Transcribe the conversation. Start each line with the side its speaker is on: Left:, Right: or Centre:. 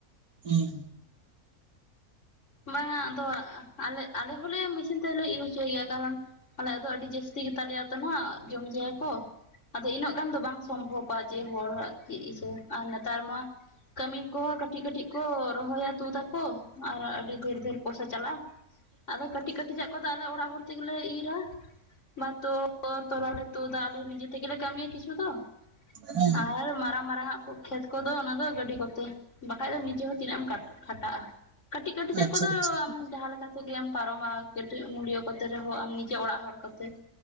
Right: ᱦᱮᱸ ᱾
Left: ᱵᱟᱝᱟ ᱟᱫᱚ ᱟᱞᱮ ᱦᱚᱸᱞᱮ ᱢᱮᱥᱤᱱ ᱛᱮᱦᱞᱮ ᱤᱭᱩ ᱦᱚᱪᱚᱭ ᱜᱮᱭᱟ ᱾ ᱠᱟᱨᱚᱱ ᱟᱞᱮᱭᱟᱜ ᱫᱚ ᱟᱹᱰᱤ ᱡᱟᱹᱟᱥᱛᱤ ᱜᱮᱛᱟᱞᱮᱭᱟᱛᱚ ᱱᱟᱜ ᱡᱚᱢ ᱡᱟᱭᱟ ᱠᱚ ᱾ ᱟᱫᱚ ᱤᱱᱟᱹᱜ ᱜᱟᱱ ᱫᱚ ᱵᱟᱝ ᱥᱚᱢᱵᱷᱚᱵᱼᱟ ᱡᱮ ᱦᱚᱲᱟᱜ ᱪᱮᱫ ᱤᱭᱟᱹ ᱟᱨ ᱱᱮᱛᱟᱨ ᱢᱟ ᱠᱟᱹᱢᱤ ᱠᱚᱦᱚᱸ ᱠᱟᱹᱴᱤᱡ ᱠᱟᱹᱴᱤᱡ ᱠᱚ ᱨᱚᱦᱚᱭᱟ ᱛᱩᱫᱟᱠᱚ ᱟᱨ ᱟᱹᱰᱤ ᱰᱷᱮᱨ ᱰᱷᱮᱨ ᱯᱚᱭᱥᱟ ᱪᱟᱞᱟᱜᱼᱟ ᱾ ᱟᱫᱚ ᱠᱟᱹᱴᱤᱡ ᱠᱟᱹᱴᱤᱡᱟᱜ ᱠᱚᱫᱚ ᱟᱞᱮ ᱚᱲᱟᱜ ᱦᱚᱲ ᱛᱮᱜᱮᱞᱮ ᱤᱨᱟ ᱾ ᱵᱟᱫᱽ ᱫᱚ ᱛᱚᱞᱟᱞᱮ ᱛᱩᱫᱟ ᱟᱞᱮ ᱱᱤᱡᱮ ᱛᱮᱜᱮ ᱠᱟᱹᱢᱤᱭᱟ ᱠᱤᱪᱷᱩ ᱫᱚ ᱾
Right: ᱦᱮᱸ
Left: ᱟᱨ ᱢᱟᱨᱟᱝ ᱢᱟᱨᱟᱝ ᱟᱜ ᱠᱚ ᱠᱷᱮᱛ ᱠᱚᱫᱚ ᱚᱱᱟ ᱫᱚ ᱜᱟᱹᱰᱤ ᱠᱚᱛᱮ ᱾ ᱵᱟᱠᱷᱟᱡ ᱫᱚ ᱱᱤᱡᱮ ᱦᱚᱸ ᱛᱤᱱᱟᱹᱜ ᱮᱢ ᱠᱷᱟᱴᱟᱜᱼᱟ ᱾ ᱠᱟᱹᱴᱤᱡ ᱠᱟᱹᱴᱤᱡᱟᱜ
Right: ᱟᱪᱪ
Left: ᱠᱚᱫᱚ ᱟᱢ
Right: <unintelligible>
Left: ᱡᱟᱦᱟᱸ ᱞᱮᱠᱟ ᱛᱮᱜᱮᱢ ᱯᱟᱨᱚᱢᱟ ᱠᱟᱹᱴᱤᱡ ᱢᱩᱞᱭᱟᱹ ᱠᱚᱛᱮ ᱨᱮᱦᱚᱸ ᱟᱢ ᱱᱤᱡᱮ ᱚᱲᱟᱜ ᱦᱚᱲ ᱠᱚᱛᱮ ᱾